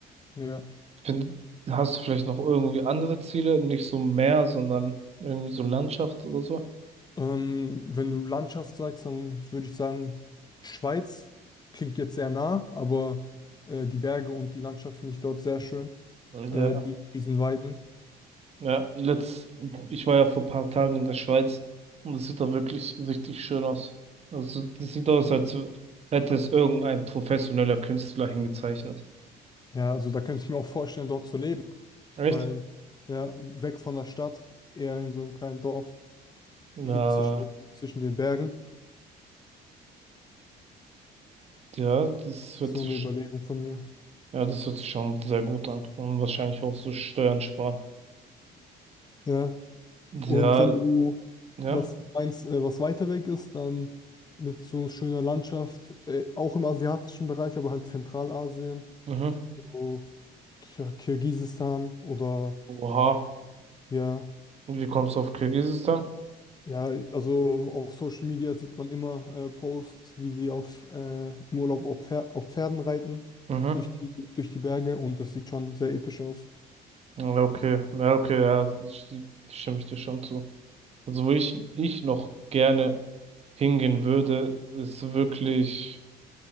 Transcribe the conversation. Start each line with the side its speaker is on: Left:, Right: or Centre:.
Left: ja.
Right: Ich finde, hast du vielleicht noch irgendwie andere Ziele? Nicht so Meer, sondern irgendwie so Landschaft oder so?
Left: Ähm, wenn du Landschaft sagst, dann würde ich sagen, Schweiz klingt jetzt sehr nah, aber äh, die Berge und die Landschaft finde ich dort sehr schön.
Right: Ja.
Left: Äh, die Riesenweiden.
Right: Ja, letzt, ich war ja vor ein paar Tagen in der Schweiz und das sieht da wirklich richtig schön aus. Also das sieht aus, als hätte es irgendein professioneller Künstler hingezeichnet.
Left: Ja, also da könnte ich mir auch vorstellen, dort zu leben.
Right: Echt?
Left: Weil, ja, weg von der Stadt, eher in so einem kleinen Dorf,
Right: na
Left: in zwischen, zwischen den Bergen.
Right: ja, das
Left: Ist
Right: hört
Left: so
Right: sich,
Left: eine Überlegung von mir.
Right: ja, das hört sich schon sehr gut an und wahrscheinlich auch so Steuern sparen.
Left: Ja.
Right: Ja,
Left: Und wenn du
Right: ja,
Left: was meinst, äh, was weiter weg ist, dann mit so schöner Landschaft, äh, auch im asiatischen Bereich, aber halt Zentralasien,
Right: mhm.
Left: so Kir Kirgisistan oder
Right: Oha.
Left: ja.
Right: Und wie kommst du auf Kirgisistan?
Left: Ja, also auf Social Media sieht man immer äh, Posts, wie sie auf, äh, im Urlaub auf, Pfer auf Pferden reiten,
Right: Mhm.
Left: durch die, durch die Berge und das sieht schon sehr episch aus.
Right: Ja, okay, ja, okay, ja, das sti- stimme ich dir schon zu. Also wo ich, ich noch gerne hingehen würde, ist wirklich